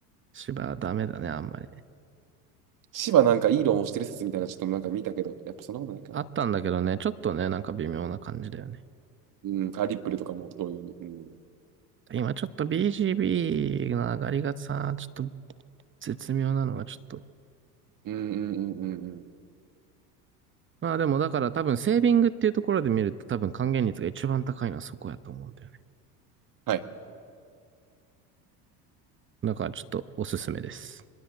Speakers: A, on the right; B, on the right.
A: 芝はダメだね、あんまり。
B: シバなんかいい論をしてる説みたいな、ちょっとなんか見たけど、やっぱそんなことないかな。
A: あったんだけどね、ちょっとね、なんか微妙な感じだよね。
B: うん。あ、リップルとかも同様に。うん。
A: 今ちょっと BGB の上がりがさ、ちょっと絶妙なのがちょっと。
B: うんうんうんうんうん。
A: まあでもだから多分セービングっていうところで見ると多分還元率が一番高いのはそこやと思うんだよね。
B: はい。
A: だからちょっとおすすめです。